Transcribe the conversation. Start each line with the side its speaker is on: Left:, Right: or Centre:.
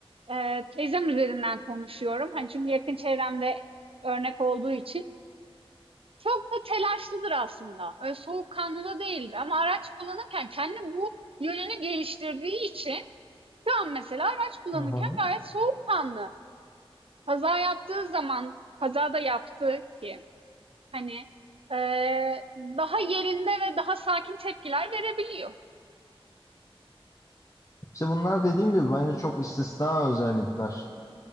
Right: eee, teyzem üzerinden konuşuyorum. Hani, çünkü yakın çevremde örnek olduğu için. çok da telaşlıdır aslında. Öyle soğukkanlı da değildir. Ama araç kullanırken kendi bu yönünü geliştirdiği için şu an mesela araç kullanırken
Left: Hı hı.
Right: gayet soğukkanlı. Kaza yaptığı zaman, kazada yaptığı ki hani eee, daha yerinde ve daha sakin tepkiler verebiliyor.
Left: İşte bunlar dediğim gibi bence çok istisna özellikler.